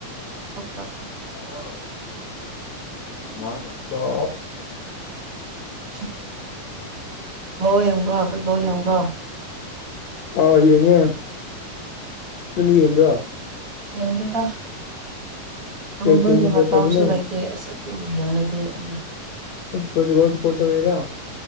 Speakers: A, on the right; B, on the left.
A: ꯊꯣꯛꯄ ꯑꯗꯨꯝ ꯇꯧ
B: ꯑ ꯉꯗꯣ
A: <unintelligible> ꯕꯎ ꯌꯦꯡꯕ꯭ꯔꯣ ꯐꯨꯠꯕꯣꯜ ꯌꯦꯡꯕ꯭ꯔꯣ
B: ꯑꯥ ꯌꯦꯡꯉꯦ ꯅꯪꯗꯤ ꯌꯦꯡꯕ꯭ꯔꯣ
A: ꯌꯦꯗꯦꯗ ꯇꯣꯝꯕꯒꯤ
B: ꯀꯩ ꯇꯤꯝ ꯁꯞꯄꯣꯔꯠ
A: ꯃꯇꯝꯁꯨ
B: ꯇꯧꯕꯅꯣ
A: ꯂꯩꯇꯦ ꯑꯁ ꯑꯗꯨ ꯌꯦꯡꯂꯅꯗꯤꯦ ꯑꯗꯨꯝ
B: ꯄꯨ ꯀꯣꯁꯤ ꯄꯨꯇ ꯑꯣꯏꯔꯣ